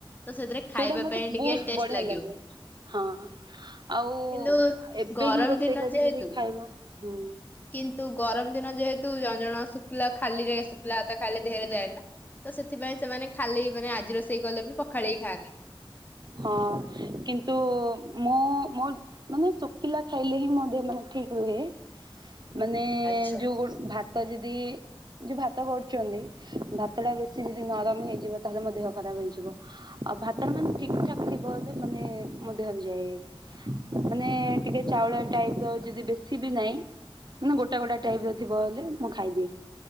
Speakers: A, on the left; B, on the right.
A: ତ ସେଥିରେ ଖାଇବା
B: ସେଇଟା ମତେ
A: ପାଇଁ ଟିକେ
B: ବହୁତ
A: ଟେଷ୍ଟ
B: ବଢିଆ
A: ଲାଗିବ।
B: ଲାଗେ ହଁ ଆଉ
A: କିନ୍ତୁ
B: ଏବେ
A: ଗରମ
B: ହିଁ ରୋଷେଇ
A: ଦିନ
B: କରିକିରି
A: ଯେହେତୁ
B: ଖାଇବ ହୁଁ।
A: କିନ୍ତୁ ଗରମ ଦିନ ଯେହେତୁ ଜଣ ଜଣଙ୍କ ଶୁଖିଲା ଖାଲିରେ ଶୁଖିଲା ଭାତ ଖାଇଲେ ଦେହରେ ଯାଏ ନି ତ ସେଥିପାଇଁ ସେମାନେ ଖାଲି ମାନେ ଆଜି ରୋଷେଇ କଲେ ବି ପଖାଳିକି ଖାଆନ୍ତି।
B: ହଁ କିନ୍ତୁ ମୁଁ ମୋ ମୋ ମାନେ ଶୁଖିଲା ଖାଇଲେ ହିଁ ମୋ ମାନେ ଦେହ ମାନେ ଠିକ ରୁହେ। ମାନେ
A: ଆଚ୍ଛା।
B: ଯୋଉ ଗୋ ଭାତ ଭାତ ଯଦି ଯୋଉ ଭାତ କରୁଚନ୍ତି ଭାତଟା ବେଶୀ ଯଦି ନରମ ହେଇଯିବ ତାହେଲେ ମୋ ଦେହ ଖରାପ ହେଇଯିବ ଆଉ ଭାତ ମାନେ ଠିକ୍ ଠାକ୍ ଥିବ ଯଦି ମାନେ ମୋ ଦେହରେ ଯାଏ ମାନେ ଟିକେ ଚାଉଳିଆ ଟାଇପର ଯଦି ବେଶୀ ବି ନାହିଁ ମାନେ ଗୋଟା ଗୋଟା ଟାଇପର ଥିବ ହେଲେ ମୁଁ ଖାଇଦିଏ।